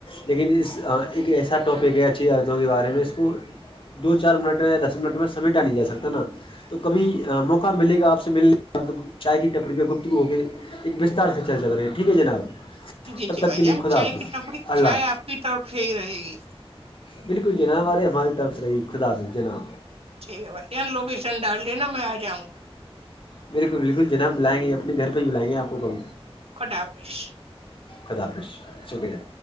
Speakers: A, on the left; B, on the right.
A: لیکن اس ایک ایسا ٹاپک ہے اچھی عرتوں کے بارے میں اس کو کو دو چار منٹ میں یا دس منٹ میں سمیٹا نہیں جا سکتا نا تو کبھی موقع ملے گا آپ سے ملنے کا تو چائے کی ٹپریی پہ گفتگو ہو کے ایک بستار سے چل چل رہی ہے ٹھیک ہے جناب
B: جی
A: تب
B: جی
A: تک
B: بھائی
A: کے لیے
B: جان
A: خدا
B: چائے
A: حافظ
B: کی تبری
A: اللہ
B: چائے آپ کی طرف سے ہی رہے گی
A: بالکل جناح بار ہماری طرف سے بھی خدا حافظ جناح
B: ٹھیک ہے بھائی ی لوکیشن ڈالی نا میں آ جاں گا
A: میرےل بالکل جناب بلائیں گے اپنے گھر پہ ہی بلائیں گے آپ کو کب
B: خوڈا پس <unintelligible>
A: خدافش شکریہ